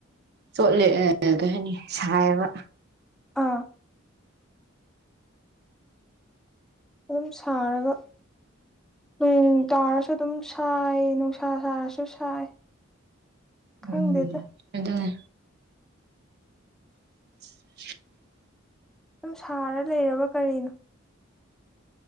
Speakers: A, on the right (about 50°); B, in the centre.
A: ꯆꯣꯠꯂꯦ ꯀꯩ ꯍꯥꯏꯅꯤ ꯁꯥꯏꯕ
B: ꯑꯥ ꯑꯗꯨꯝ ꯁꯥꯔꯒ ꯎꯝ ꯇꯥꯎꯔꯁꯨ ꯑꯗꯨꯝ ꯁꯥꯏ ꯅꯨꯡꯁꯥ ꯁꯥꯔꯁꯨ ꯁꯥꯏ ꯈꯪꯗꯦꯗ
A: ꯎꯝ ꯑꯗꯨꯗ <inaudible>
B: ꯁꯝ ꯁꯥꯔ ꯂꯩꯔꯕ ꯀꯔꯤꯅꯣ